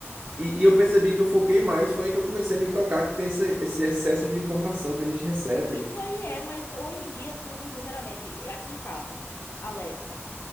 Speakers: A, on the right; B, on the left.
A: E, e eu percebi que eu foquei mais, foi aí que eu comecei a me tocar que tem esse, esse excesso de informação que a gente recebe.
B: Isso aí é, mas hoje em dia tudo, sinceramente, é aqui em casa, Alexa.